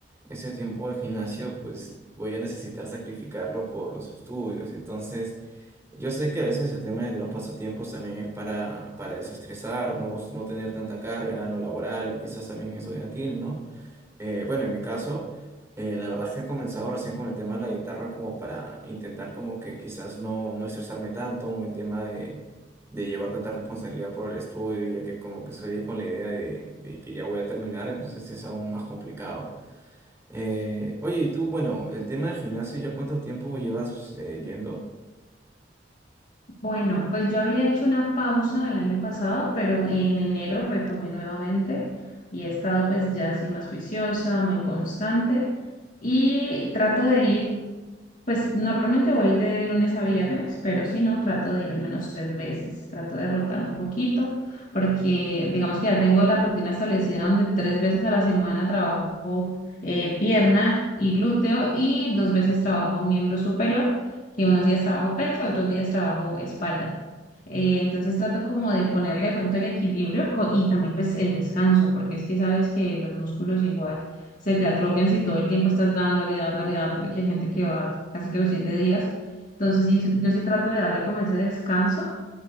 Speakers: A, on the right (about 15°); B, on the left (about 45°).
A: ese tiempo de gimnasio pues voy a necesitar sacrificarlo por los estudios. Entonces yo sé que a veces el tema de los pasatiempos también es para, para desestresarnos, no tener tanta carga en lo laboral o quizás también estudiantil, ¿no? Eh, bueno, en mi caso, eh, la verdad es que he comenzado recién con el tema de la guitarra como para intentar como que quizás no, no estresarme tanto en el tema de, de llevar tanta responsabilidad por el estudio, ya que como que soy ahí con la idea de, de que ya voy a terminar, entonces es aún más complicado. Eh, oye, y tú, bueno, el tema del gimnasio, ¿ya cuánto tiempo llevas eh, yendo?
B: Bueno, pues yo había hecho una pausa el año pasado, pero en enero retomé nuevamente y he estado pues ya así más juiciosa, muy constante y trato de ir, pues normalmente voy de lunes a viernes, pero si no, trato de ir al menos tres veces, trato de rotar un poquito porque digamos que ya tengo la rutina establecida donde tres veces a la semana trabajo eh, pierna y glúteo y dos veces trabajo miembro superior que unos días trabajo pecho, otros días trabajo espalda. Eh, entonces trato como de ponerle de pronto el equilibrio co- y también pues el descanso, porque es que sabes que los músculos igual se te atrofian si todo el tiempo estás dándole, dándole, dándole, que hay gente que va casi que los siete días. Entonces sí- yo sí trato de darle como ese descanso